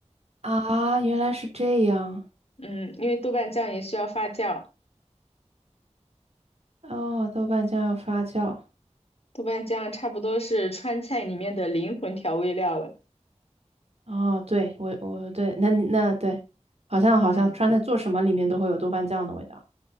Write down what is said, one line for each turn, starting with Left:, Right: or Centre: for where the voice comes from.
Right: 啊，原来是这样
Left: 嗯，因为豆瓣酱也需要发酵，
Right: 哦，豆瓣酱要发酵
Left: 豆瓣酱差不多是川菜里面的灵魂调味料了。
Right: 哦，对，我我对，那你那对，好像好像川菜做什么里面都会有豆瓣酱的味道，
Left: 嗯，